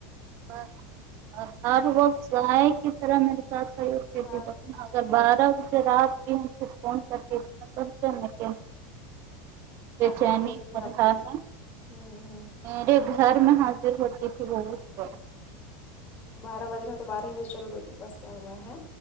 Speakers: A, on the right (about 45°); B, on the left (about 30°).
A: بس اور ہارڈ ورک آئے کس طرح میرے ساتھ صحیح
B: ساتھ
A: بالکل
B: میں کھڑی
A: اگر
B: ہوتی
A: بارہ
B: تھی
A: بجے رات <unintelligible> فون کرکے بیچانی
B: ایکٹو رہتی
A: <unintelligible>
B: تھی
A: اور
B: آپ
A: ہ
B: کے لیے
A: ہا
B: ہوں ہوں
A: میرے گھر میں حاضر ہوتی تھی وہ اس پر
B: بارہ بج رہا تو بارہ ہی بجے چلو بیٹی کے بس کیا ہوا ہے